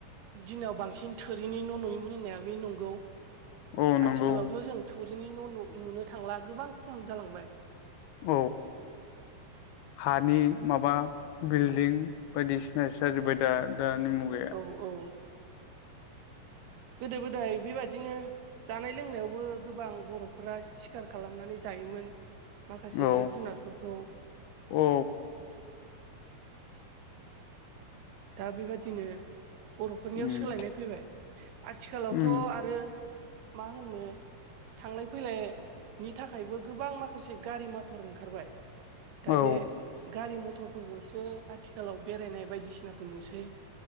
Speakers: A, on the right; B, on the left.
A: दिनाव बांसिन थोरिनि न' नुयोमोन होननाया बे नंगौ।
B: औ नंगौ
A: आथिखालावथ' जों थुरिनि न' नुनो थांला गोबां खम जालांबाय।
B: औ हानि माबा बिल्डिं बायदिसिनासो जाजोब्बाय दा दानि मुगायाव।
A: औ-औ! गोदो गोदाय बेबादिनो जानाय लोंनायावबो गोबां बर'फोरा सिखार खालामनानै जायोमोन। माखासे
B: औ
A: जिब जुनारफोरखौ <inaudible>
B: औ
A: दा बेबादिनो बर'फोरनियाव
B: उम
A: सोलायनाय फैबाय आथिखालावथ'
B: उम
A: आरो मा होनो थांलाय फैलायनि थाखायबो गोबां माखासे गारि मथर ओंखारबाय। दा
B: औ
A: बे गारि मथरफोरजोंसो आथिखालाव बेरायनाय बायदिसिनाखौ नुसै।